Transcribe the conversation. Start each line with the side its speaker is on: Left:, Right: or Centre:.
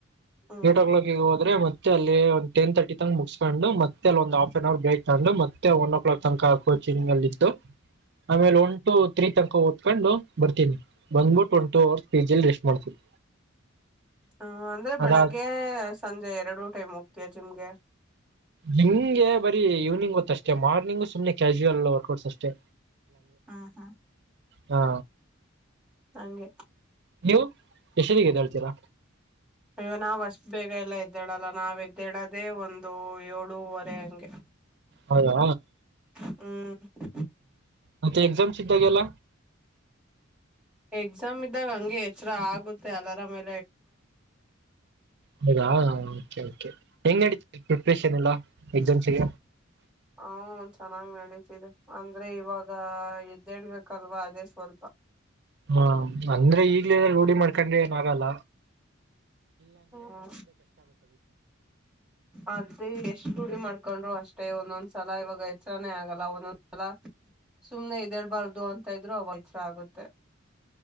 Centre: ಹ್ಮ್
Right: ಏಟ್ ಕ್ಲಾಕ್ ಿಗೆ ಹೋದ್ರೆ ಮತ್ತೆ ಮತ್ತ ಅಲ್ಲಿ ಟೆನ್ ತರ್ಟಿ ತನ ಮುಗಿಸಕೊಂಡು ಮತ್ತೆ ಅಲ್ಲಿ ಒಂದು ಹಾಫ್ ಆನ್ ಅವರ್ ಬ್ರೇಕ್ ತೊಂಡು ಮತ್ತೆ ಒನ್ ಓ ಕ್ಲಾಕ್ ತನಕ ಕೋಚಿಂಗ್ ಅಲ್ಲಿ ಇದು ಆಮೇಲೆ ಒನ್ ಟು ತ್ರೀ ತನಕ ಓದ್ಕೊಂಡು ಬರ್ತೀನಿ ಬಂದ್ಬಿಟ್ಟು ಒ ಟ ಅವರ್ ರೆಸ್ಟ್ ಮಾಡ್ತೀನಿ
Centre: ಹ ಅಂದ್ರೆ ಬೆಳಗ್ಗೆ
Right: ಅದಾದ
Centre: ಸಂಜೆ ಎರಡು ಟೈಮ್ ಹೋಗತ ಚು ಮುಗೆ
Right: ಹಂಗೆ ಬರೀ ಈವ್ನಿಂಗ್ ಗೊತ್ತ ಅಷ್ಟೆ ಮಾರ್ನಿಂಗ್ು ಸುಮ್ನೆ ಕ್ಯಾಶುವಲ್ ವರ್ಕ್ೌಟ್ಸ್ ಅಷ್ಟೆ
Centre: ಹಾ ಹಾ
Right: ಹಾ
Centre: ಹಗೆ
Right: ನೀವು ಯಶದಿಗೆ ಹೇಳ್ತೀರಾ
Centre: ಅಯ್ಯೋ ನಾವ್ ಅಷ್ಟ ಬೇಗ ಎಲ್ಲ ಎದ್ದಾಡಲ್ಲ ನಾವ್ ಎದ್ದಡದೆೇ ಒಂದು ಏಳುವರೆ ಹಂಗೆ
Right: ಹೌದಾ
Centre: ಹ್ಮ ಹ
Right: ಮತ್ತ ಎಗ್ಜಾಮ ಸ್ಧ ಗಲ್ಲ
Centre: ಎಕ್ಸಾಮ್ ಇದ್ದಾಗ ಹಂಗೆ ಎಚ್ಚರ ಆಗುತ್ತೆ ಅಲರಾಮೇ
Right: ಹೌದಾ ಓಕೆ ಹೆಂಗ್ ಅಡತ ಪ್ರಿಪ್ರೇಷನ್ ಎಲ್ಲಾ ಎ ಜ ಸಿಗ
Centre: ಹ ಚೆನ್ನಾಗ್ ನತೀವಿ ಅಂದ್ರೆ ಇವಾಗ ಇದದ್ದೇಳ್ಬೇಕಲ್ವಾ ಅದೇ ಸ್ವಲ್ಪ
Right: ಹಾ ಅಂದ್ರೆ ಈಗ್ಲೇ ರೂಡಿ ಮಾಡ್ಕೊಂಡೆ ಏನ ಆಗಲ್ಲ
Centre: ಹ್ಮ ಅದೇ ಎಷ್ಟ್ ಗುಡಿ ಮಾಡ್ಕೊಂಡ್ರು ಅಷ್ಟೇ ಒಂದೊಂದ <unintelligible> ಸಲ ಇವಾಗ ಎಚ್ಚರಾನೇ ಆಗಲ್ಲ ಒಂದೊಂದ್ಸಲ ಸುಮ್ನೆ ಇದೇಳ್ಬಾರ್ದು ಅಂತ ಇದ್ರು ಅವಾಗ ಹೆಚ್ಚರ ಆಗುತ್ತೆ <unintelligible>